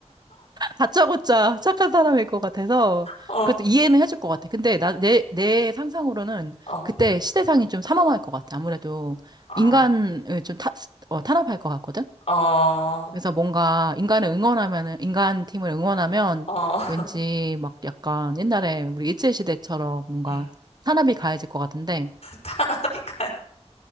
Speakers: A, on the right; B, on the left.
A: 다짜고짜 착한 사람일 것 같아서
B: 어,
A: 그것도 이해는 해줄 것 같아. 근데 나, 내, 내 상상으로는
B: 어.
A: 그때 시대상이 좀 삼엄할 것 같아. 아무래도
B: 아,
A: 인간을 좀 타, 어, 탄압할 것 같거든?
B: 어,
A: 그래서 뭔가 인간을 응원하면은, 인간 팀을 응원하면
B: 어.
A: 왠지
B: <laughs>
A: 막 약간 옛날에 우리 일제시대처럼 뭔가
B: 응,
A: 산업이 가해질 것 같은데,
B: 타나비가